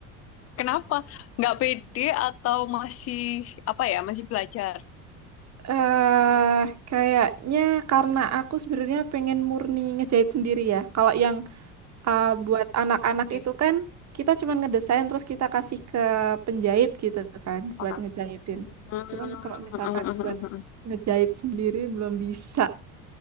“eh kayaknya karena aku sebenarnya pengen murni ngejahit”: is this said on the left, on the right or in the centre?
Right